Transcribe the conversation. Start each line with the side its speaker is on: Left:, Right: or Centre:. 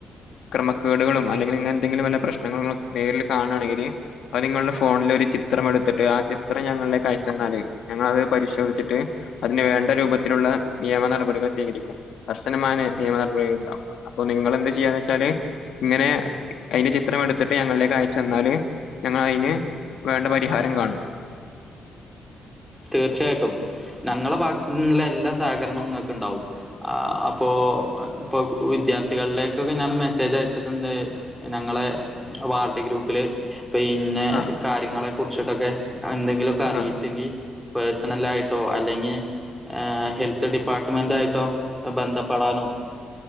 Left: ക്രമക്കേടുകളും അല്ലെങ്കിൽ ഇങ്ങനെ എന്തെങ്കിലും വല്ല പ്രശ്നങ്ങളും നേരിൽ കാണയാണെങ്കിൽ അത് നിങ്ങളുടെ ഫോണിൽ ഒരു ചിത്രം എടുത്തിട്ട് ആ ചിത്രം ഞങ്ങളുടെ കയച്ചന്നാല് ഞങ്ങളത് പരിശോധിച്ചിട്ട് അതിന് വേണ്ട രൂപത്തിലുള്ള നിയമ നടപടികൾ സ്വീകരിക്കും കർശനമായ നിയമ നടപടികൾ ഉണ്ടാവും അപ്പൊ നിങ്ങെന്ത് ചെയ്യാന്ന് വെച്ചാല് ഇങ്ങനെ അതിന്റെ ചിത്രം എടുത്തിട്ട് ഞങ്ങളിലേക്ക് അയച്ചു വന്നാല് ഞങ്ങ അതിന് വേണ്ട പരിഹാരം കാണും
Centre: തീർച്ചയായിട്ടും ഞങ്ങള ഭാഗത്ത നിുള്ള എല്ലാ സഹകരണവും നിങ്ങക്ക് ഉണ്ടാവും അപ്പോൾ ഇപ്പോൾ വിദ്യാർത്ഥികളുടെക്കൊക്കെ ഞാൻ മെസ്സേജ് അയച്ചിട്ടുണ്ട് ഞങ്ങളെ വാർഡി ഗ്രൂപ്പില് പിന്നെ
Left: ആ
Centre: കാര്യങ്ങളൊക്കെ കുർച്ചട്ടൊക്കെ എന്തെങ്കിലുമൊക്കെ അറിയിച്ചെങ്കിൽ
Left: ആ
Centre: പേഴ്സണലായിട്ടോ അല്ലെങ്കിൽ ഹെൽത്ത് ഡിപ്പാർട്ട്മെന്റ്യിട്ടോ ബന്ധപ്പെടാനും